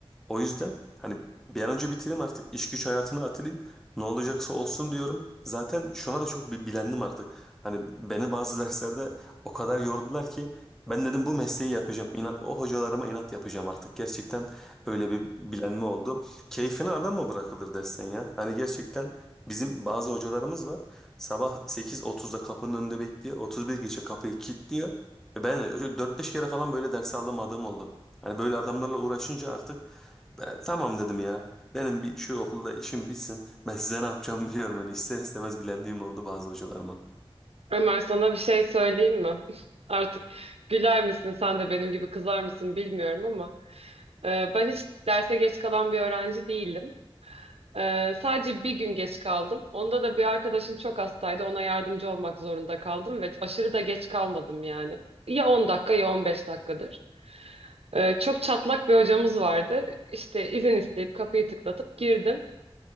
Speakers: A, in the centre; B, on the right.
A: O yüzden hani bir an önce bitireyim artık iş güç hayatına atılayım. Ne olacaksa olsun diyorum. Zaten şuna da çok bi- bilendim artık. Hani beni bazı <laughs> derslerde o kadar yordular ki ben dedim bu mesleği yapacağım. İnat o hocalarıma inat yapacağım artık. Gerçekten öyle bir bilenme oldu. Keyfine adam mı bırakılır dersen ya? Hani gerçekten bizim bazı hocalarımız var. Sabah 8.30'da kapının önünde bekliyor. 31 geçe kapıyı kilitliyor. Ve Ben e, dört beş kere falan böyle dersi alamadığım oldu. Hani böyle adamlarla uğraşınca artık "E, tamam dedim ya. Benim bir şu okulda işim bitsin. Ben size ne yapacağımı biliyorum. Hani ister istemez bilendiğim oldu bazı hocalarıma.
B: Ömer sana bir şey söyleyeyim mi? <laughs> Artık güler misin sen de benim gibi kızar mısın bilmiyorum ama e, ben hiç derse geç kalan bir öğrenci değilim. E, sadece bir gün geç kaldım. Onda da bir arkadaşım çok hastaydı. Ona yardımcı olmak zorunda kaldım ve aşırı da geç kalmadım yani. Ya 10 dakika ya 15 dakikadır. E, çok çatlak bir hocamız vardı. İşte izin isteyip kapıyı tıklatıp girdim.